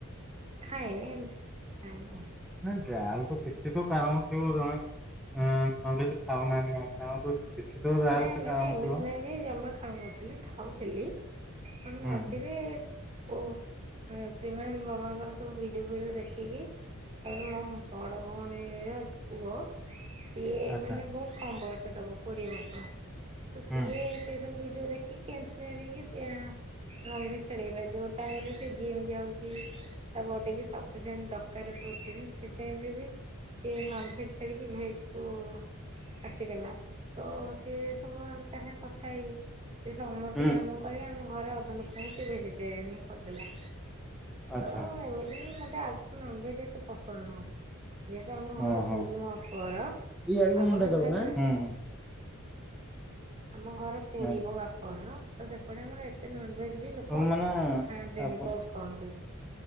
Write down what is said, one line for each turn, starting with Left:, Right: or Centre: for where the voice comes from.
Right: ଖାଏନି ଏମିତି ଖାଏନି ଆଉ।
Centre: ନା ଯାହାହେଲେ ତ କିଛି ତ କାରଣ ଥିବ ଜଣେ ଏଁ-ଏ ନନଭେଜ ଖାଉନାହାନ୍ତି ମାନେ କାରଣ କିଛି ତ ଯାହାହେଲେ
Right: ନାଇଁ ମାନେ ଏମିତି
Centre: ଥିବ ନା
Right: ନାହିଁ ଯେ ଜମା ଖାଉ ନଥିଲି ଖାଉଥିଲି। <unintelligible>
Centre: ହୁଁ
Right: ଅଛି
Centre: ହୁଁ
Right: ଯେ ଓ ଅ ପ୍ରେମାନନ୍ଦ ବାବାଙ୍କର ସବୁ ଭିଡ଼ିଓ ଫିଡ଼ିଓ ଦେଖିକି ତାପରେ ମୋ-ମ୍ ବଡ଼ ଭଉଣୀ-ଇ-ଇ-ର ପୁଅ ସିଏ-ଏ
Centre: ଆଚ୍ଛା
Right: ମାନେ ବହୁତ କମ୍ ବୟସ ତାକୁ କୋଡ଼ିଏ ବର୍ଷ। ତ ସିଏ
Centre: ହୁଁ
Right: ସେ ସବୁ ଭିଡିଓ ଦେଖିକି ଇନ୍ସପିଅର୍ ହେଇକି ସିଏ-ଏ-ଏ ନନଭେଜ ଛାଡି ଦେଲା ଯୋଉ ଟାଇମ୍ ରେ ସେ ଜିମ୍ ଯାଉଛି ତା ବଡିକି ସ ସଫିସେଣ୍ଟ ଦରକାରେ ପ୍ରୋଟିନ୍ ସେ ଟାଇମ୍ ରେ ବି ସିଏ ନନଭେଜ ଛାଡ଼ିକି ଭେଜ କୁ ଆସିଗଲା ତ-ଅ-ଅ ସେ ସେ ସବୁ ଆମେ ତା ସାଙ୍ଗେ କଥା ହେଇକି ସେ ସମସ୍ତିଙ୍କି
Centre: ହୁଁ
Right: ଆମକୁ କରିକି ଆମ ଘରେ ଅଧ ଲୋକଙ୍କୁ ସେ ଭେଜିଟେରିଆନ୍ ହିଁ କରିଦେଲା।
Centre: ଆଚ୍ଛା
Right: ତ ଏମିତି ବି ମୋତେ ଆଗରୁ ନନଭେଜ୍ ଏତେ ପସନ୍ଦ ନୁହଁ। ଯେହେତୁ ଆମ ଘର
Centre: ଓହୋ
Right: ପୁରୀ ମୋ ବାପଘର
Centre: ଇଆଡକୁ
Right: ଆମର
Centre: ମୁଣ୍ଡ
Right: ସେପଟେ
Centre: ଦବ
Right: ପୁରା
Centre: ଆଁ ହୁଁ
Right: ଆମ ଘର ପୁରୀ
Centre: ହୁଁ
Right: ମୋ ବାପଘର ତ ସେପଟେ ଆମର ଏତେ ନନଭେଜ୍ ବି ଲୋକ
Centre: ହଁ ମାନେ
Right: ଖାଆନ୍ତିନି
Centre: ଆପଣ
Right: ବହୁତ କମ୍ ବି।